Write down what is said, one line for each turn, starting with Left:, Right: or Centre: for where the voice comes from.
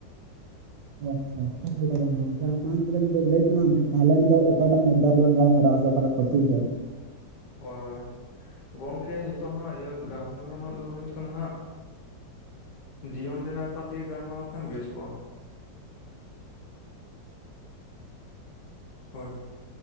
Right: ᱚ ᱟᱪᱪᱷᱟ ᱵᱟᱝ ᱟᱪᱪᱷᱟ ᱢᱟ ᱛᱟᱦᱚᱞᱮ ᱞᱟᱹᱭ ᱛᱟᱞᱟ ᱢᱮ ᱛᱟᱦᱚᱞᱮ ᱱᱚᱰᱮ ᱚᱠᱟᱴᱟᱜ ᱢᱩᱫᱫᱟ ᱨᱮ ᱞᱟᱝ ᱜᱟᱞᱢᱟᱨᱟᱣ-ᱟ ᱥᱮ ᱯᱟᱞᱮᱱ ᱴᱚᱯᱤᱠ ᱨᱮ
Left: ᱦᱳᱭ ᱜᱚᱝᱠᱮ ᱱᱤᱛᱚᱜ ᱦᱟᱸᱜ ᱤᱭᱟᱹ ᱜᱟᱞᱢᱟᱨᱟᱣ ᱨᱮᱱᱟᱜ ᱫᱚ ᱦᱩᱭᱩᱜ ᱠᱟᱱᱟ ᱦᱟᱸᱜ ᱡᱤᱭᱚᱱ ᱨᱮᱱᱟᱜ ᱵᱮᱯᱟᱨ ᱛᱮᱜᱮ ᱜᱟᱞᱢᱟᱨᱟᱣ ᱞᱮᱠᱷᱟᱱ ᱵᱮᱥ ᱠᱚᱜ-ᱟ ᱦᱳᱭ